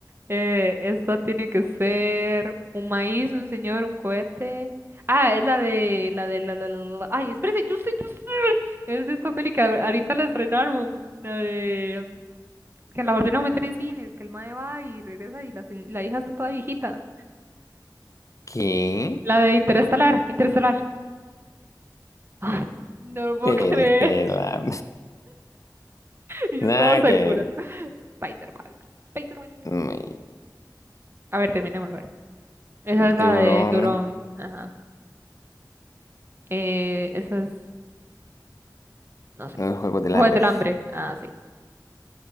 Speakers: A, on the right; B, on the left.
A: Eh, esta tiene que ser un maíz, un señor, un cohete. Ah, es la de, la de, la, la, la, la- Ay, espérese, yo sé, yo sé. Es esta peli que ahor- ahorita la estrenaron, la de... Que la volvieron a meter en cines, que el mae va y regresa y la, se- la hija está toda viejita.
B: ¿Qué?
A: La de Interestelar, Interestelar. <laughs> Ay, no lo puedo
B: Te
A: creer.
B: este la...
A: <laughs>
B: <laughs>
A: Y yo
B: Nada
A: toda segura.
B: que ver.
A: Spider-Man. Spider-Man.
B: Mm,
A: A ver, terminémoslo. A ver. Esa es
B: Tiburón,
A: la de Turón. Ajá. Eh, esa es. No sé.
B: el juego del
A: Juegos
B: hambre.
A: del hambre. Ah, sí.